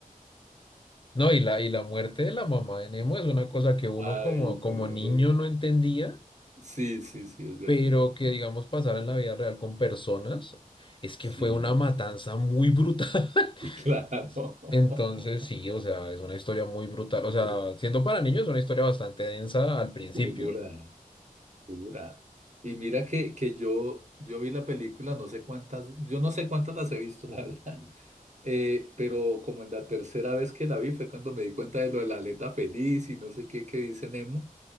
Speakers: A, on the left; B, on the right.
A: <laughs> no, y la, y la muerte de la mamá de Nemo es una cosa que uno
B: Ay,
A: como, como
B: no.
A: niño no entendía,
B: Sí, sí, sí, es verdad.
A: pero que digamos pasar en la vida real con personas, es
B: Sí,
A: que fue una matanza muy brutal. <laughs>
B: <laughs> claro.
A: Entonces,
B: <laughs>
A: sí, o sea, es una historia muy brutal.
B: Estoy
A: O sea, siendo para niños es una historia bastante densa al principio.
B: Segura. Dura. Y mira que, que yo, yo vi la película, no sé cuántas, yo no sé cuántas las he visto, la <laughs> verdad, Eh, pero como en la tercera vez que la vi fue cuando me di cuenta de lo de la aleta feliz y no sé qué que dice Nemo,